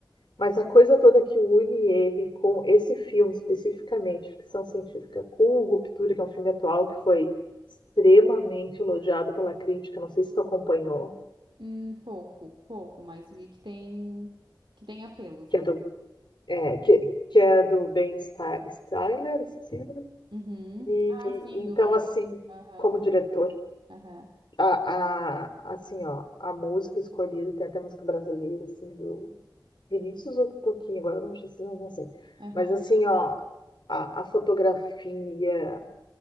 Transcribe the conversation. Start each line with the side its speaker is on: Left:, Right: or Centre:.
Left: mas a coisa toda que une ele com esse filme especificamente, ficção científica com Ruptura, que é um filme atual que foi extremamente elogiado pela crítica, não sei se tu acompanhou,
Right: Hum, pouco, pouco, mas vi que tem que tem apelos.
Left: que é do É, que, que é do Ben Sti- Stiller, Stiller.
Right: Uhum.
Left: E,
Right: Ah,
Left: e-
Right: sim,
Left: então,
Right: do.
Left: assim,
Right: Aham,
Left: como diretor,
Right: sei. Aham,
Left: a, a, assim, ó, a música escolhida, tem até música brasileira, assim, do Vinícius ou do Toquinho, agora eu não, sei, se- não sei.
Right: aham.
Left: Mas, assim, ó, a, a fotografia,